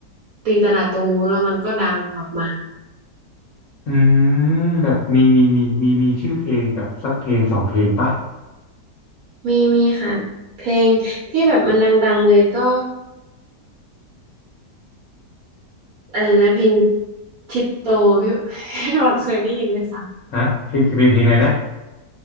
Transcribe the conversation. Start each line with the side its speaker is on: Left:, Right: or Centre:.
Right: ตีตลาดตรงนู้นแล้วมันก็ดังออกมา
Left: อืมแบบมีมีมีมีมีชื่อเพลงแบบสักเพลงสองเพลงปะ
Right: มีมีค่ะเพลงที่แบบมันดังๆเลยก็อะไรนะเพลงทิปโตพี่ <laughs> พี่บอลเคยได้ยินไหมคะ
Left: ฮะเพลงเพลงเพลงเพลงอะไรนะ